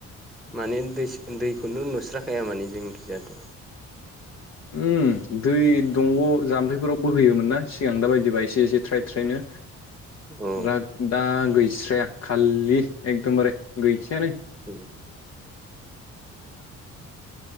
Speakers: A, in the centre; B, on the left.
A: माने दै दैखौनो नुस्राखाया माने जोंखिजाथ'।
B: उम दै दंग जाम्फैफोराव बोहैयोमोन ना सिगां दा बायदिबा एसे एसे थ्राय-थ्रायनो
A: औ
B: द्रा दा गैस्राया खालि एकदमबारे गैखायानो।
A: होम
B: <inaudible>